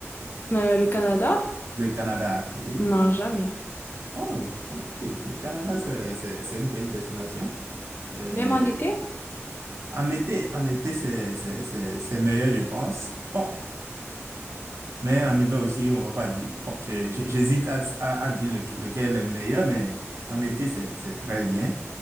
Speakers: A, on the left; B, on the right.
A: Mais, euh, le Canada?
B: Le Canada, oui.
A: Non, jamais.
B: Oh, ok. Le Canada, c'est, c'est, c'est une belle destination. Euh,
A: Même en été?
B: en été, en été, c'est, c'est, c'est, c'est meilleur, je pense. Bon. Mais en hiver aussi, on va pas dire. Bon, j'ai- j'ai- j'hésite à, à, à dire leque- lequel est le meilleur, mais en été, c'est, c'est très bien.